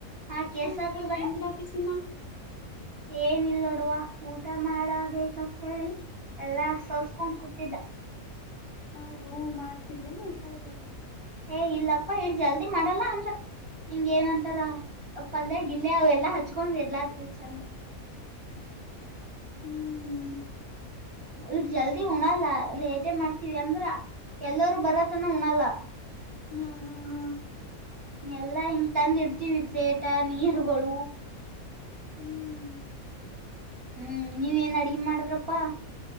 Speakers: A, on the right (about 50°); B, on the left (about 65°).
A: ಹಾ ಕಸ
B: ಹೇಳು
A: ತು ಭ
B: ಏನ್ ಮಾಡಡತಿ ಸೀಮಾ
A: ಏನ ಇಲ್ ನೋಡುವ ಊಟ ಮಾಡಬೇಕಂತ ಹೇಳಿ ಎಲ್ಲಾ ಸೋಸ್ಕೊಂಡ್ ಕುೂತಿದ್ದ <inaudible>
B: ಹೌದು ಮಾಡ್ತಿದ್ದೇನೆ ಊಟ ಈಗ
A: ಏ ಇಲ್ಲಪ್ಪಾ ಇ ಜಲ್ದಿ ಮಾಡಲ್ಲ ಅಂದ್ರ ಹಿಂಗ ಏನಂತಾರ ಪಲ್ಯ ಗಿಿಲ್ಲ ಅವ ಎಲ್ಲಾ ಹಚ್ಕೊಂಡ್ ಎಡ್ಲಾತಿವಿ ಚಂದ
B: ಹ್ಮ್.
A: ಇ ಜಲ್ದಿ ಉಣಲ್ಲ ಲೇಟೇ ಮಾಡ್ತೀವಿ ಅಂದ್ರ <inaudible> ಎಲ್ಲರೂ ಬರತನ ಉಣಲ್ಲ
B: ಹಾ ಹಾ ಹಾ
A: ಎಲ್ಲಾ ಹಿಂಗ ತಂದ್ ಇಡ್ತೀವಿ ಪ್ಲೇಟ ನೀರುಗಳು
B: ಹ್ಮ್
A: ಹ್ಮ್ ನೀವೇಏನ್ ಅಡ್ಗೆ ಮಾಡಿದ್ರಪ್ಪಾ